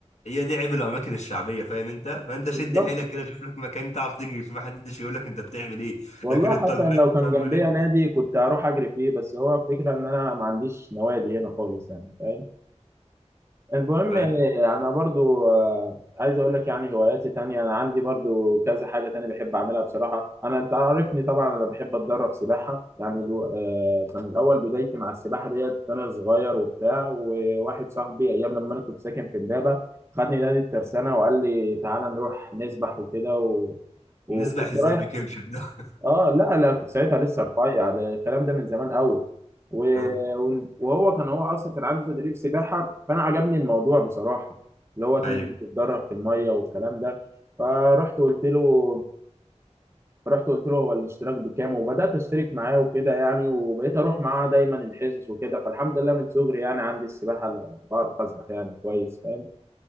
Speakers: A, on the left (about 75°); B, on the right (about 20°).
A: هي دي عيب الاماكن الشعبيه فاهم انت فانت شد
B: بالظبط
A: حيلك كده شوف لك مكان تعرف تجري فيه محدش يقول لك انت بتعمل ايه
B: والله
A: لكن الطلبات
B: حتى إن لو كان
A: بيعملوا
B: جنبيا
A: ايه
B: نادي كنت هروح اجري فيه بس هو الفكره ان انا ما عنديش نوادي هنا خالص يعني فاهم المهم
A: فانت
B: آه، انا برضو آه، عايز اقول لك يعني هواياتي تانية انا عندي برضو كذا حاجه تانية بحب اعملها بصراحه انا انت عارفني طبعا انا بحب اتدرب سباحه يعني الو... آه، كان الاول بدايتي مع السباحه ديت انا صغير وبتاع وواحد صاحبي ايام لما انا كنت ساكن في امبابه خدني نادي الترسانه وقال لي تعالى نروح نسبح وكده و... وكنت
A: نسبح ازاي
B: رايح
A: بكرش ده
B: اه لا لا كنت ساعتها لسه رفيع ده الكلام ده من زمان قوي و...
A: <laughs>
B: و- وهو كان هو اصلا كان عنده تدريب سباحه فانا عجبني الموضوع بصراحه اللي هو تنزل
A: ايوه
B: تتدرب في الميه والكلام ده فرحت قلت له رحت قلت له هو الاشتراك بكام وبدات اشترك معاه وكده يعني وبقيت اروح معاه دايما الحصص وكده فالحمد لله من صغري يعني عندي السباحه ال- بعرف اسبح يعني كويس فاهم